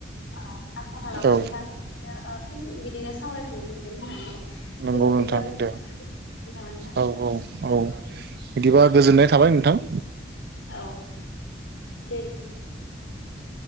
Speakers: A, on the left; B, on the right.
A: औ आसा खालामो
B: औ
A: नोंथांदों <unintelligible> बिदिनो ओ फिन बिदिनो सावरायफिननो मोनगोन होननानै।
B: नंगौ
A: जों बिदिब्ला
B: नोंथां
A: बे
B: दे
A: नामा नोंथां
B: औ औ औ। बिदिबा गोजोननाय थाबाय नोंथां।
A: औ दे बेदिबालाय।